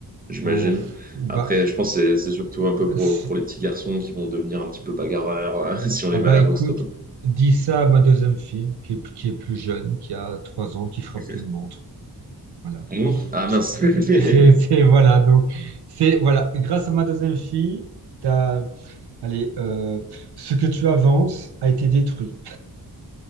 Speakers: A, on the right; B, on the right.
A: j'imagine.
B: Ou- bah,
A: Après, je pense que c'est c'est surtout un peu pour,
B: c'est-
A: pour les petits garçons qui vont devenir un petit peu bagarreurs euh, <laughs> si on
B: ah
A: les met
B: bah
A: à la
B: écoute,
A: boxe trop tôt.
B: dis ça à ma deuxième fille, qui est, qui est plus jeune, qui a trois ans, qui frappe
A: <laughs>
B: tout le monde. Voilà.
A: Ah non? Ah mince.
B: <laughs> C'est, c'est-
A: <laughs>
B: voilà, donc, c'est, voilà, grâce à ma deuxième fille, t'as, allez, euh, ce que tu avances a été détruit.